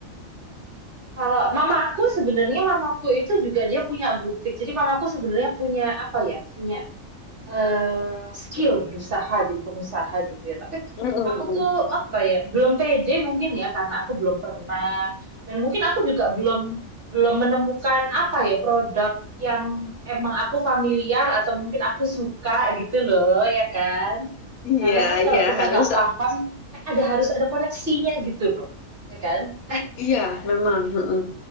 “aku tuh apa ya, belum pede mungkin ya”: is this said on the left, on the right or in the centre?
Right